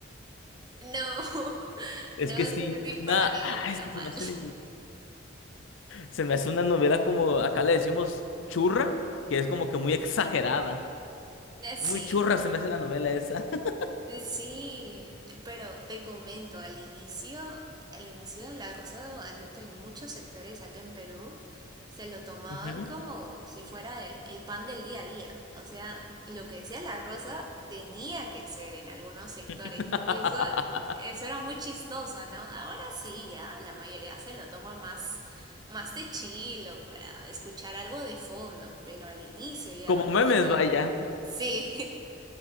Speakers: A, on the right; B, on the left.
A: No, <laughs>
B: Es
A: no
B: que sí,
A: sé si
B: es una,
A: para bien
B: ah,
A: o para
B: es que
A: mal.
B: se me hace, se me hace una novela como acá le decimos churra, que es como que muy exagerada.
A: <laughs> Sí,
B: Muy churra se me hace la novela esa. <laughs>
A: Eh, Sí, pero te comento, al inicio, al inicio la Rosa de Guadalupe en muchos sectores acá en Perú se lo tomaban
B: Ujú.
A: como si fuera de- el pan del día a día. O sea, lo que decía la Rosa tenía que ser en algunos sectores.
B: <laughs>
A: Y eso, eso era muy chistoso, ¿no? Ahora sí, ya la mayoría se lo toma más, más de chilo para escuchar algo de fondo, pero al inicio yo
B: Como
A: recuerdo
B: memes,
A: que
B: vaya,
A: sí,